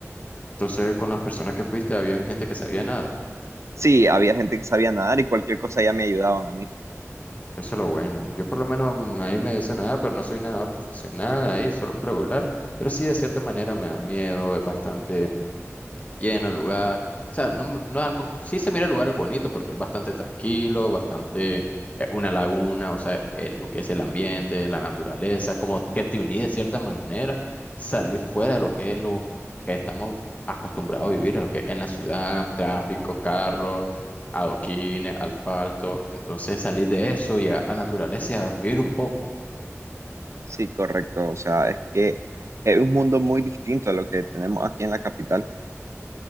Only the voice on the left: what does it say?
Entonces, con las personas que fuiste, habían gente que sabía nada.
Eso es lo bueno. Yo por lo menos mm, ahí medio sé nadar, pero no soy nadador profesional, ahí solo un regular. Pero sí, de cierta manera me da miedo, es bastante lleno el lugar. O sea, no, m- no es algo, sí se mira el lugar es bonito porque es bastante tranquilo, bastante eh, una laguna, o sea, el- lo que es el ambiente, la naturaleza, como que te uní de cierta manera, salir fuera de lo que es lo que estamos acostumbrados a vivir, a lo que es en la ciudad, tráfico, carro, adoquines, asfalto. Entonces salir de eso y a, a naturaleza y a vivir un poco.